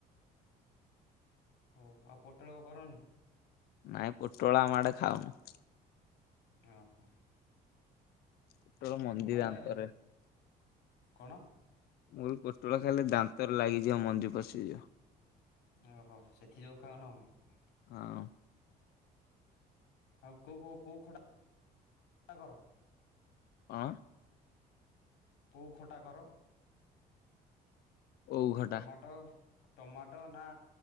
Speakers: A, on the left; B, on the left.
A: ହଉ ଆଉ ପୋଟଳ କରନି।
B: ନାଇଁ ପୋଟଳ ଆମ ମାଡେ ଖାଉନୁ।
A: ଓ ହୋ।
B: ପୋଟଳ ମଞ୍ଜି
A: ତୋମ
B: ଦାନ୍ତରେ
A: ଣ୍ଡେ କଣ?
B: ମୁଁ କହିଲି ପୋଟଳ ଖାଇଲେ ଦାନ୍ତରେ ଲାଗିଯିବ ମଞ୍ଜି ପଶିଯିବ।
A: ଓହୋ ସେଥି ଯୋଗୁ ଖାାଉ ନାହୁଁ।
B: ହଁ।
A: ଆଉ କୋଉ କୋଉ କୋଉ ଖଟା କର?
B: କଣ?
A: କୋଉ ଖଟା କର?
B: ଓଉ ଖଟା
A: ଟମାଟୋ। ଟମାଟୋ ନା